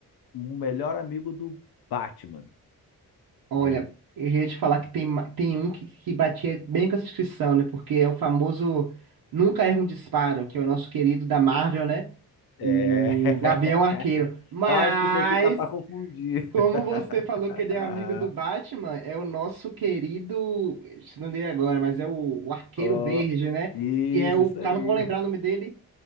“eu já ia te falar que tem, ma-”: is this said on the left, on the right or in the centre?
Right